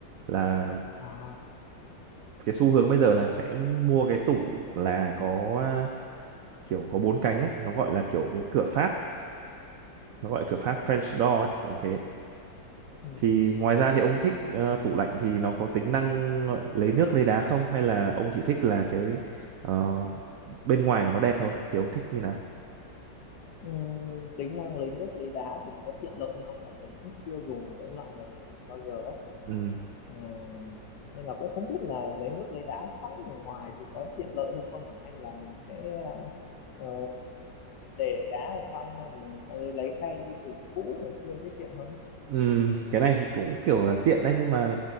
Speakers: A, on the right (about 80°); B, on the left (about 70°).
A: là
B: à.
A: cái xu hướng bây giờ là sẽ mua cái tủ là có à, kiểu có bốn cánh đấy nó gọi là kiểu cái cửa Pháp nó gọi là cửa Pháp French door ấy kiểu như thế
B: ừ.
A: thì ngoài ra thì ông thích ờ, tủ lạnh thì nó có tính năng ờ, lấy nước lấy đá không hay là ông chỉ thích là cái ờ, bên ngoài của nó đẹp thôi thì ông thích như nào
B: Ừm, tính năng lấy nước lấy đá thì nó có tiện lợi hay không tại mình cũng chưa dùng cái loại này bao giờ ấy
A: ừ
B: Ừm, nên là cũng không biết là lấy nước lấy đá sẵn ở ngoài thì có tiện lợi hơn không nhỉ hay là mình sẽ ờ, để đá ở trong xong mình lấy lấy khay như tủ cũ ngày xưa thế tiện hơn
A: Ừm, cái này thì cũng kiểu là tiện đấy nhưng mà